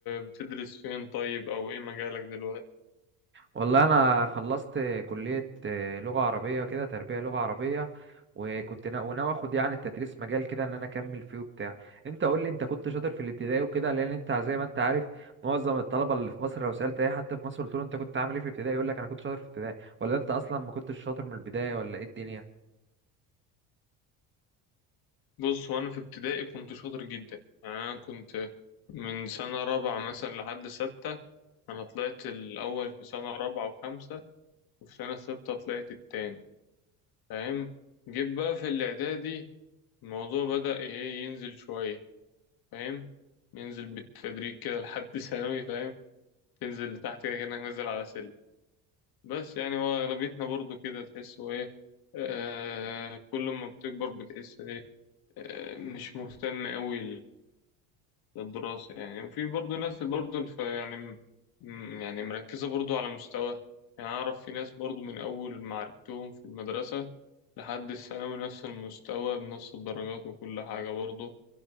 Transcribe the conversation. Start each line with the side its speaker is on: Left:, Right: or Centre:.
Left: بتدرس فين طيب او ايه مجالك دلوقتي
Right: والله انا خلصت كليه آه، لغه عربيه كده تربيه لغه عربيه وكنت نا... وناوي اخد يعني التدريس مجال كده ان انا اكمل فيه وبتاع انت قول لي انت كنت شاطر في الابتدائي وكده لان انت زي ما انت عارف معظم الطلبه اللي في مصر لو سالت اي حد في مصر قلت له انت كنت عامل ايه في الابتدائي يقول لك انا كنت شاطر في الابتدائي ولا انت اصلا ما كنتش شاطر من البدايه ولا ايه الدنيا
Left: بص وانا في ابتدائي كنت شاطر جدا يعني انا كنت من سنة رابعة مثلا لحد ستة انا طلعت الاول في سنة رابعة وخمسة وفي سنة ستة طلعت التاني فاهم جيت بقى في الاعدادي الموضوع بدأ ايه ينزل شوية فاهم ينزل بالتدريج كده لحد <laughs> ثانوي فاهم تنزل لتحت كده كأنك نازل على سلم بس يعني هو اغلبيتنا برضو كده تحسه ايه آه كل ما بتكبر بتحس ايه آه مش مهتم قوي للدراسة يعني وفي برضه ناس برضه الف... يعني م... م- يعني مركزة برضه على مستوى يعني أعرف في ناس برضه من أول ما عرفتهم في المدرسة لحد الثانوي نفس المستوى بنفس الدرجات وكل حاجة برضه